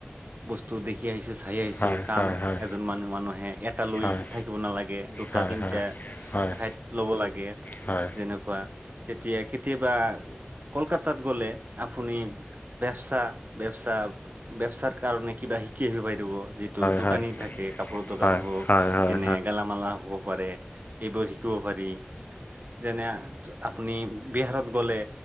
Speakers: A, on the right; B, on the left.
A: বস্তু দেখি আহিছো চাই আহিছো
B: হয়
A: কাম
B: হয় হয়
A: এজন মানুহ মানুহে এটা লৈ
B: হয় হয়
A: থাকিব নালাগে, দুটা,
B: হয়
A: তিনিটা
B: হয় হয় হয়
A: ছাইড লব লাগে
B: হয়
A: যেনেকুৱা যেতিয়া কেতিয়াবা কলকাতাত গ'লে আপুনি বেৱচা বেৱচা বেৱচাৰ কাৰণে কিবা শিকি আহিব পাৰিব, যিটো দু
B: হয় হয় হয় হয় হয়
A: দোকানী থাকে, কাপোৰৰ
B: হয়
A: দোকান হওক
B: হয়
A: এনে গেলামালা হ'ব পাৰে এইবোৰ শি কিব পাৰি যেনে আপুনি বিহাৰত গলে